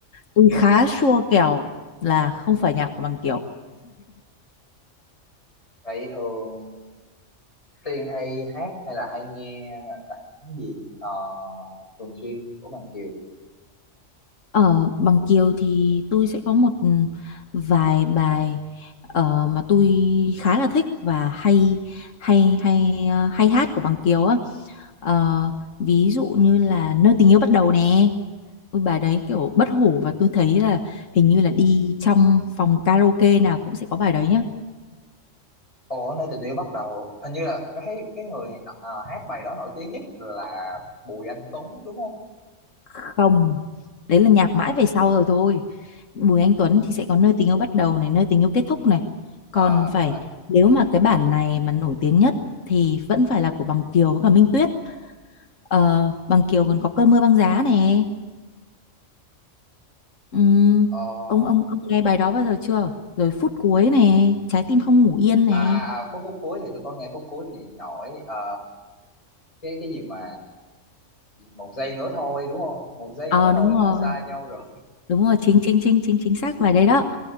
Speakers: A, on the left; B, on the left.
A: tôi khá sure kèo là không phải nhạc của bằng kiều
B: vậy thường Tiên hay hát hay là hay nghe bản gì Ờ, thường xuyên của Bằng Kiều?
A: Ở Bằng Kiều thì tôi sẽ có một vài bài ờ, mà tôi khá là thích và hay hay hay ờ, hay hát của Bằng Kiều á. Ờ, ví dụ như là Nơi tình yêu bắt đầu nè. Ôi bài đấy kiểu bất hủ và tôi thấy là hình như là đi trong phòng karaoke nào cũng sẽ có bài đấy
B: Ồ, nơi tình yêu bắt đầu hình như là cái cái người nọ- ờ, hát bài đó nổi tiếng nhất là Bùi Anh Tuấn đúng không?
A: không đấy là nhạc mãi về sau rồi thôi Bùi Anh Tuấn thì sẽ có nơi tình yêu bắt đầu này nơi tình yêu kết thúc này
B: Ờ,
A: còn phải
B: đúng rồi.
A: nếu mà cái bản này mà nổi tiếng nhất thì vẫn phải là của Bằng Kiều với cả Minh Tuyết Ờ, Bằng Kiều còn có cơn mưa băng giá nè Ừm,
B: Ờ,
A: ông ông ông nghe bài đó bao giờ chưa rồi phút cuối nè trái tim không ngủ yên nè
B: à, à, à, phút phút cuối thì tôi có nghe phút cuối thì nổi Ờ, cái cái gì mà một giây nữa thôi đúng không? Một giây
A: ờ
B: nữa thôi
A: đúng rồi
B: là xa nhau rồi.
A: đúng rồi chính chính chính chính chính xác bài đấy đó